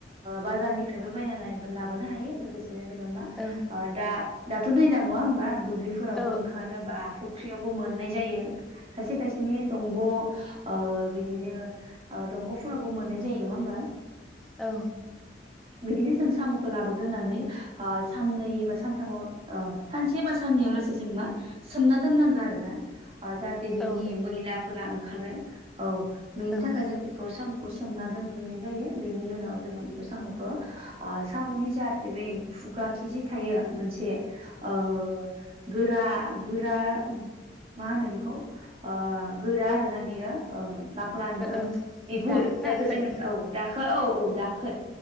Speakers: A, on the right; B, in the centre.
A: बाजारनिफ्रायबो बायनानै लाबोनो हायो लोगोसे से जोङो मा
B: औ
A: ओ दा दाथ' दैलां नङा होनबा? दुब्लिफोरावबो
B: औ
A: ओंखारो बा फख्रियावबो मोननाय जायो खायसे खायसेनि दंग ओ बिदिनो ओ दंग'फोरावबो मोननाय जायो नङा होमबा?
B: औ
A: बिदिनो जों साम'खो लाबोग्रोनानै ओ साननै बा सानथामाव ओ सानसे बा साननैयाव लासै जों मा सोमना दोननांगौ आरो ना। ओ जाहाथे बिनि
B: औ
A: मैलाफोरा खारो औ बेनि
B: औ
A: थाखाय जों बेखौ साम' खौ सोमना दोनग्रोनाय जायो बेनि उनाव जोङो बेखौ साम'खौ साम'नि जाहाथे बै खुगा खिजे थायो मोनसे ओ गोरा गोरा मा होनो बेखौ ओ गोरा आरोना। बियो ओ बाख्ला होनो ओ
B: औ
A: बिगुर
B: दा
A: जायखौ
B: दाखोन
A: जोङो औ दाखो औ औ दाखोन